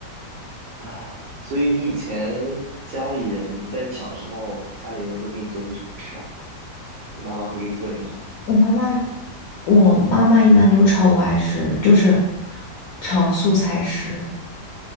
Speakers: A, on the right; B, on the left.
A: 啊！所以你以前家里人，你在你小时候，家里人会给你做些什么吃啊？你妈妈会给你做点什么？
B: 我妈妈，我妈妈一般都炒我爱吃，就是炒素菜吃，